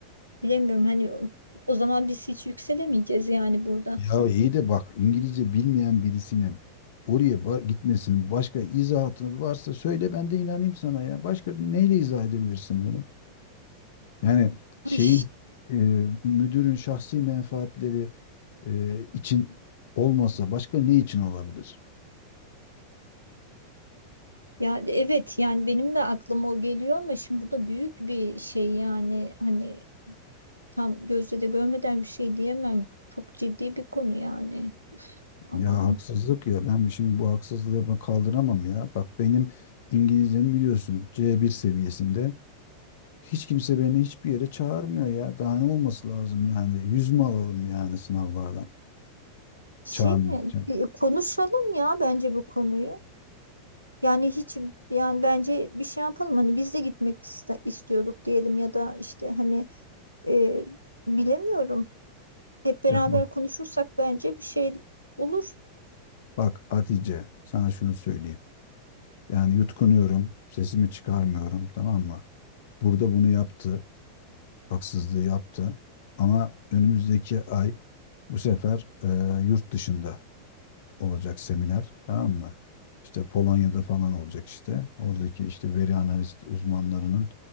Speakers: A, on the right; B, on the left.
A: bilemiyorum hani o o zaman biz hiç yükselemeyeceğiz yani burada.
B: ya iyi de bak İngilizce bilmeyen birisinin oraya ba- gitmesinin başka izahatı varsa söyle ben de inanayım sana ya. Başka neyle izah edebilirsin bunu? Yani şeyin
A: Ay,
B: e, müdürün şahsi menfaatleri e, için olmasa başka ne için olabilir?
A: ya evet yani benim de aklıma o geliyor ama şimdi bu da büyük bir şey yani hani tam gözle de görmeden bir şey diyemem. Çok ciddi bir konu yani. Aman
B: Ya haksızlık ya ben şimdi bu haksızlığı ben kaldıramam ya. Bak benim İngilizcem biliyorsun C1 seviyesinde. Hiç kimse beni hiçbir yere çağırmıyor ya. Daha ne olması lazım yani? Yüz mü alalım yani sınavlardan?
A: şey
B: Çağırmayacağım.
A: mi? Bir konuşalım ya bence bu konuyu. Yani hiç yani bence bir şey yapalım hani biz de gitmek iste- istiyorduk diyelim ya da işte hani e, bilemiyorum. Hep beraber
B: Ya bak,
A: konuşursak bence bir şey olur.
B: bak Hatice sana şunu söyleyeyim. Yani yutkunuyorum, sesimi çıkarmıyorum tamam mı? Burada bunu yaptı, haksızlığı yaptı. Ama önümüzdeki ay bu sefer e, yurt dışında olacak seminer tamam mı? İşte Polonya'da falan olacak işte. Oradaki işte veri analist uzmanlarının